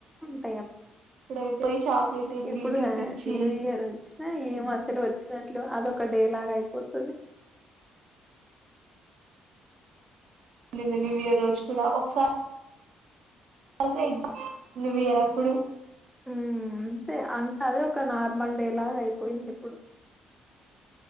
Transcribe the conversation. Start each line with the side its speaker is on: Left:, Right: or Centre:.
Centre: టయ్ అప్
Right: అప్పుడైతే పోయి చాక్లెట్ గ్రీటింగ్స్
Centre: ఇప్పుడు
Right: ఇచ్చి
Centre: న్యూ ఇయర్ వచ్చినా ఏ మసలు వచ్చినట్లె అదొ ఒక్క డే లాగ అయిపోతది
Right: వున్నింది న్యూ ఇయర్ రోజు కూడా ఒకసా రి అయితే ఎగ్ న్యుయర్ అప్పుడు
Centre: ఉ అంతే అన్ కాదు అదే ఒక నార్మల్ డే లాగా అయిపోయింది ఇప్పుడు